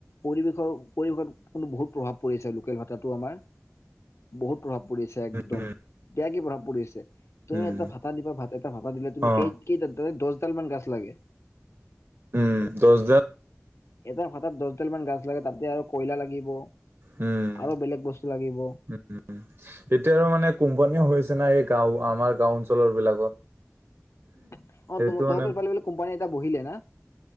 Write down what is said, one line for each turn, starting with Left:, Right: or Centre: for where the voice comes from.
Left: পৰিৱেশৰ পৰিৱেশত কোনো বহুত প্ৰভাৱ পৰি আছে লোকেল ভাতাটো আমাৰ। বহুত প্ৰভাৱ পৰিছে একদম
Right: উম,
Left: কেয়াকে প্ৰভাৱ পৰিছে। তুমি
Right: উম,
Left: এটা ভাতা দিবা ভাত এটা ভাতা দিলে তুমি
Right: অ',
Left: কেই কেইটা দ দহডাল মান গাছ লাগে।
Right: উম, দচদা
Left: এটা ভাতাত দচডাল মান গাজ লাগে তাতে আৰু কয়লা লাগিব
Right: উম।
Left: আৰু বেলেগ বস্তু লাগিব।
Right: উম। এতিয়া আৰু মানে কোম্পানীও হৈছে না এই গাঁও আমাৰ গাঁও অঞ্চলৰ বিলাকত।
Left: অ',
Right: সেইটো
Left: তহঁ
Right: মানে
Left: তহঁতৰ ফালে বোলে কোম্পানী এটা বহিলে না?